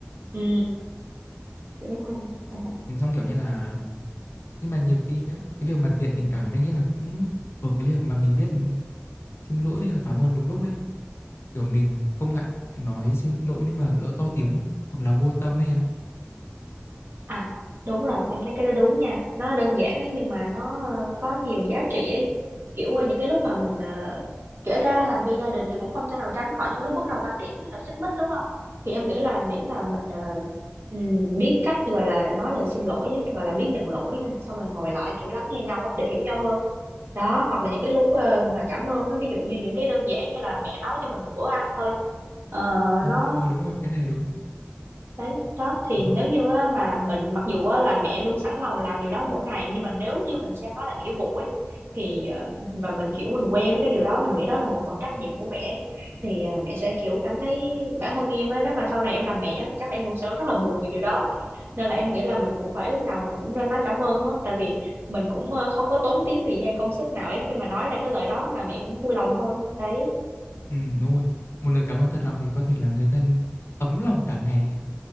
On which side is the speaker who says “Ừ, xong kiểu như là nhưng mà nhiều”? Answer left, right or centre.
Left